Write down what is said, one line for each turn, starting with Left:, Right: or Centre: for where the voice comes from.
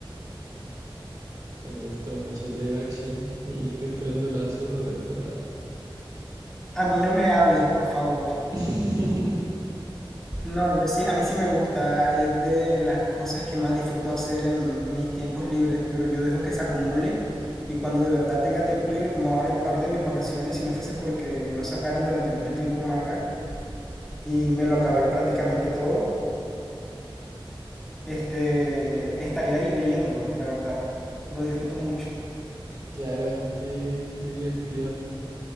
Right: Me gustó mucho el live action y estoy esperando la segunda temporada.
Centre: A mí no me hables, por favor.
Right: <laughs>
Centre: No, yo sí, a mí sí me gusta, es de las cosas que más disfruto hacer en mis tiempos libres, pero yo dejo que se acumule y cuando de verdad tenga tiempo libre, como ahora, ahorita en mis vacaciones, si no fuese porque no sacaron durante mucho tiempo manga y me lo acabé prácticamente todo, este, estaría ahí leyéndolo, la verdad, lo disfruto mucho.
Right: Claro, qué, qué divertido.